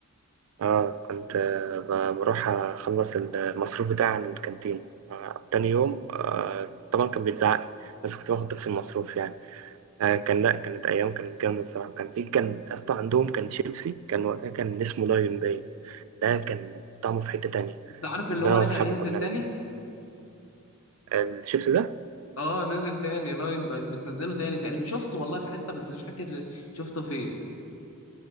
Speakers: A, on the right (about 70°); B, on the left (about 75°).
A: اه كنت آه ب- بروح أخلص المصروف بتاعي من الكانتين آه تاني يوم آه طبعا كان بيتزعق لي، بس كنت باخد نفس المصروف يعني آه كان لا كانت أيام كانت جامدة الصراحة كان في كان أصلا عندهم كان شيبسي كان وقتها كان اسمه لايون باين ده كان طعمه في حتة تانية
B: انت عارف اللي
A: إن
B: هو
A: أنا
B: رجع
A: وأصحابي
B: ينزل
A: كنا
B: تاني
A: بن الشيبس ده
B: اه نزل تاني لاين بقت بتنزله تاني تقريبا شفته والله في حتة بس مش فاكر شفته فين